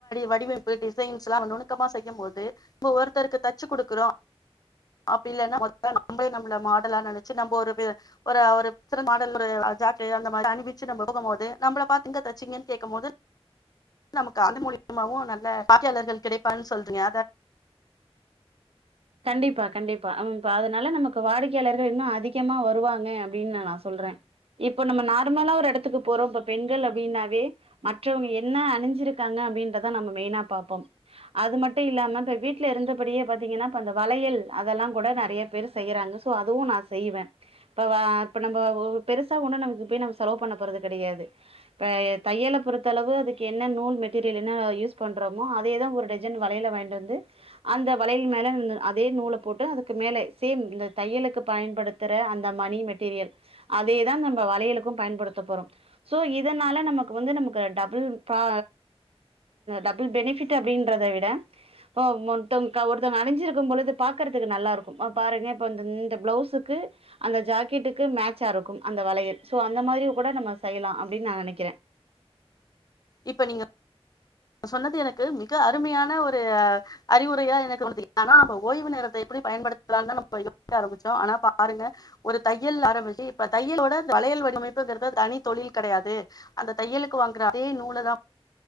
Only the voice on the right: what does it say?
கண்டிப்பா கண்டிப்பா அம் இப்ப அதனால நமக்கு வாடிக்கையாளர்கள் இன்னு அதிகமா வருவாங்க அப்டின்னு நா சொல்ரே இப்ப நம்ம நார்மலா ஒரு இடத்துக்கு போரோம் இப்போ பெண்கள் அப்டினாவே மற்ற வங்க என்ன அணிஞ்சிருக்காங்க அப்டின்றத நம்ம மெய்னா பாப்போம் அதுமட்டு இல்லாம இப்ப வீட்ல இருந்தபடியே பாத்திங்கனா அந்த வளையல் அதெல்லாம் கூட நிறைய பேர் செய்யறாங்க சோ அதுவும் நான் செய்வேன் இப்ப அ இப்ப நம்ம ஒரு பெருசா ஒன்னு <unintelligible> செலவுபன்னபோரதுகடையாது இப்ப தையல பொருத்தளவு அதுக்கு நூல் மெட்டிரியல் என்ன யூஸ் பன்ரோமோ அதே தா ஒரு டஜன் வளயல வாய்ன்ட் வந்து அந்த வளையல் மேல அதே நூல போட்டு அதுக்கு மேல சேம் இந்த தையளுக்கு பயன்படுத்துற அந்தக் மணி மெட்டிரியல் அதே தா நம்ப வளையலுக்கு பயன்படுத்தப் ரோம் சோ இதனால நமக்கு வந்து நமக்கு டபுள் பா டபுள் பெனிஃட் அபடின்றத விட <unintelligible> பொது பாக்கறதுக்கு நல்லா இருக்கும் பாருங்க பிளவுஸுக்கு அந்த ஜாக்கெட்டுக்கு மேட்சா இருக்கும் அந்த வலையில் சோ அந்த மாதிரியும் கூட நம்ம செய்யலாம் அப்படின்னு நான் நினைக்கிறேன்